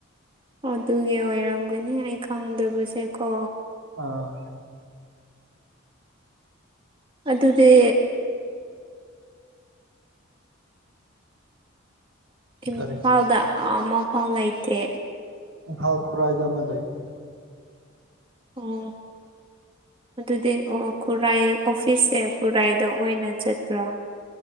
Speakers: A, on the right (about 25°); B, on the right (about 80°).
A: ꯑꯣ ꯑꯗꯨꯒꯤ ꯑꯣꯏꯔꯝꯒꯅꯤ ꯑꯩ ꯈꯪꯗꯕꯁꯦꯀꯣ
B: ꯑꯥ
A: ꯑꯗꯨꯗꯤ ꯏꯝꯐꯥꯜꯗ
B: ꯀꯔꯤ
A: ꯑꯃꯐꯥꯎ ꯂꯩꯇꯦ
B: ꯏꯝꯐꯥꯜ ꯈꯨꯔꯥꯏꯗ ꯑꯃ ꯂꯩ
A: ꯑꯣ ꯑꯗꯨꯗꯤ ꯑꯣꯑꯣ ꯈꯨꯔꯥꯏ ꯑꯣꯐꯤꯁꯁꯦ ꯈꯨꯔꯥꯏꯗ ꯑꯣꯏꯅ ꯆꯠꯄ꯭ꯔꯣ